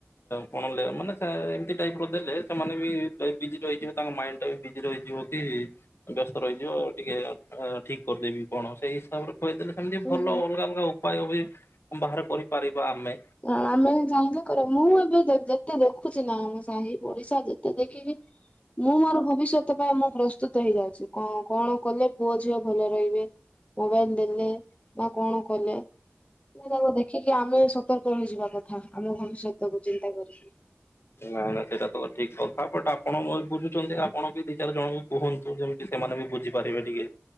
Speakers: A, on the left; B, on the left.
A: କଣ ମାନେ ଏମିତି ଟାଇପ ର ଦେଲେ ସେମାନେ ବି ବିଜି ରହିିଯିବେ ତାଙ୍କ ମାଇଣ୍ଡରେ ବିଜି ରହିଯିବ କି ବ୍ୟସ୍ତ ରହିଯିବ ଆଉ ଟିକେ ଠିକ କରିଦେବି କଣ ସେଇ ହିସାବରେ କହିୁଆଇଦେଲେ ସେମିତି
B: ହଁ
A: ଭଲ ଅଲଗା ଅଲଗା ଉପାୟ ବି ଆମେ ବାହାର କରିପାରିବା ଆମେ।
B: ହ ଆମେ ଚାହିଁଲେ କର ମୁଁ ଏବେ ଯେତେ ଦେଖୁଛି ନା ଆମ ସାହି ପଡିଶା ଯେତେ ଦେଖିକି ମୁଁ ମୋର ଭବିଷ୍ୟତ ପାଇଁ ମୁଁ ପ୍ରସ୍ତୁତ ହେଇଯାଉଛି କ କଣ କଲେ ପୁଅ ଝିଅ ଭଲ ରହିବେ ମୋବାଇଲ ଦେଲେ ବା କଣ କଲେ ତାଙ୍କ ଦେଖିକି ଆମେ ସତର୍କ ରହିଯିବା କଥା ଆମ ଭବିଷ୍ୟତକୁ ଚିନ୍ତା କରିକି
A: ନାଇଁ ନାାଇଁ ସେଇଟା ତ ଠିକ କଥା ବଟ ଆପଣ ବୁଝୁଛନ୍ତି ଆପଣ ବି ଦି ଚାରି ଜଣ ବି କୁହନ୍ତୁ ଯେମିତି ସେମାନେ ବି ବୁଝିପାରିବେ ଟିକେ